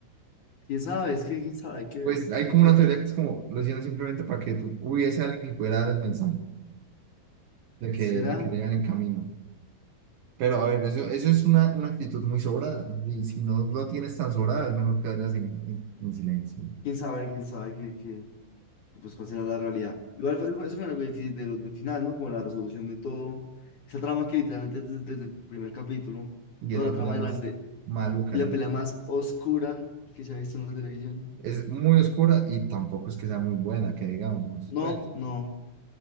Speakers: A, on the left; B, on the right.
A: ¿Quién sabe? Es que, ¿quién sabe? Hay que,
B: Pues hay
A: hay
B: como
A: que,
B: una teoría que es como, lo hicieron simplemente para que tú hubiese alguien que pudiera dar el mensaje. de que,
A: ¿será?
B: de que llegan en camino. Pero a ver, eso, eso es una, una actitud muy sobrada. ¿no? Y si no lo tienes tan sobrada, es mejor que vayas en, en- en silencio.
A: ¿Quién sabe? ¿Quién sabe que, que, pues, cuál será la realidad? Igual, pues, eso fue algo difícil de lo- del final, ¿no? Como la resolución de todo, esa trama que literalmente desde, desde el primer capítulo,
B: Y
A: toda
B: es la
A: la trama
B: pelea más
A: de la, de-
B: maluca.
A: y la
B: la-
A: pelea más oscura que se ha visto en la televisión.
B: Es muy oscura y tampoco es que sea muy buena, que digamos.
A: No,
B: Pues,
A: no.